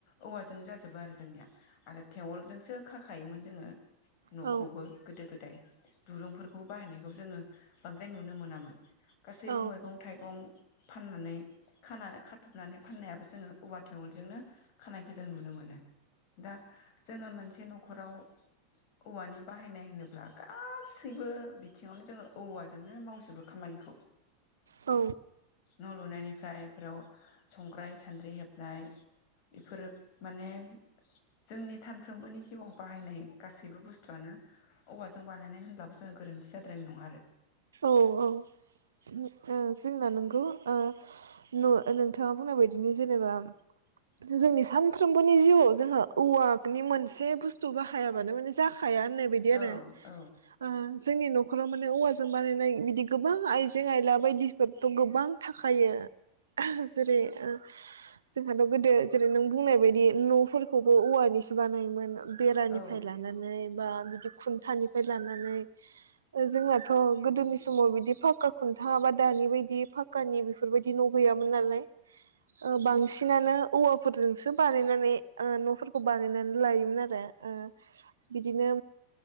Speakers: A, on the left; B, on the right.
A: औवाजों जाजोबो आरो जोंनिया आरो थेवलजोंसो खाखायोमोन जोङो न'खौबो
B: औ
A: गोदो गोदाय। दुरुंफोरखौ बाहायनायखौ जोङो बांद्राय नुनो मोनामोन। गासैबो
B: औ
A: मैगं थाइगं फाननानै खाना खाथुमनानै फाननायाबो जोङो औवा थेवोलजोंनो खानायखौ जों नुनो मोनो। दा जोङो मोनसे न'ख ख'राव औवानि बाहायनाय होनोब्ला गा सैबो बिथिङावनो जोङो औवाजोंनो मावजोबो खामानिखौ
B: औ
A: न' लुनायनिफ्राय फोराव संग्राय सान्द्रि हेबनाय बेफोरो माने जोंनि सानफ्रोमबोनि जिउआव बाहायनाय गासैबो बुस्थुआनो औवाजों बानायनाय होनब्लाबो जोङो गोरोन्थि जाद्रायनाय नङा आरो।
B: औ औ। <unintelligible> जोंना नोंगौ ओ नो-नोंथाङा बुंनाय बायदिनो जेनेबा जोंनि सानफ्रोमबोनि जिउआव जोंहा औवानि मोनसे बुस्थु बाहायाबानो माने जा खाया होननाय बिदि आरो
A: औ औ ओं
B: ओ जोंनि नखरा माने औवा जों बानायनाय बिदि गोबां आइजें आयला बायदिफोरथ' गोबां थाखायो जेरै ओ जोंहाथ' गोदो जेरै नों बुंनाय बायदि न'फोरखौबो औवानिसो बानायोमोन। बेरानिफ्राय
A: औ
B: लानानै बा बिदि खुन्थानिफाय लानानै ओ जोंहा गोदोनि समाव बिदि फाक्का खुन्था बा दानि बायदि फाक्कानि बेफोरबायदि न' गैयामोन नालाय ओ बांसिनानो औवाफोरजोंसो बानायनानै ओ न'फोरखौ बानायनानै लायोमोन आरो। ओ बिदिनो